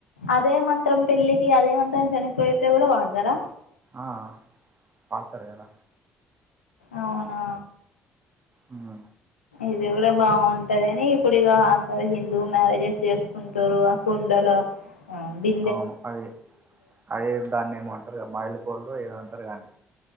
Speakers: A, on the left (about 80°); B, on the right (about 30°).
A: అదే మంత్రం పెళ్లికి అదే మంత్రం చనిపోయితే కూడా వాడతారా
B: ఆ పాడతారు గాద
A: అవునా
B: ఆ
A: ఇది కూడా బాగుంటది అని ఇప్పుడు ఇక అందరూ హిందూ మ్యారేజెస్ చేసుకుంటురు కుండల ఆ అండి
B: అవును అది అది దాన్ని ఏమో అంటారుద మాయిలుపోల్లో ఏదో అంటారు కదా